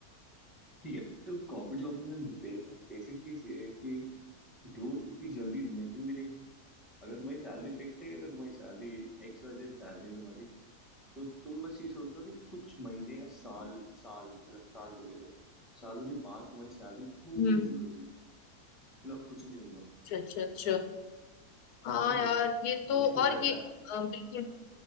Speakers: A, in the centre; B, on the left (about 80°).
A: ठीक है तो कॉर्पोरेट जॉब में बे, बेसिक चीज ये है कि ग्रोथ उतनी जल्दी नहीं मिलेगी अगर तुम्हारी सैलरी फिक्स है अगर तुम्हारी salary X Y Z salary है तुम्हारी तो तुम बस ये सोच लो कि कुछ महीने या साल साल मतलब साल तो ले लो सालों के बाद तुम्हारी सैलरी थोड़ी
B: हम्म
A: सी बढ़ेगी उसके अलावा कुछ नहीं होगा
B: अच्छा अच्छा अच्छा
A: और
B: हाँ
A: बहुत
B: यार
A: मुश-
B: ये तो
A: मुश्किल
B: और
A: रहता
B: ये अ,
A: है
B: बिल्कुल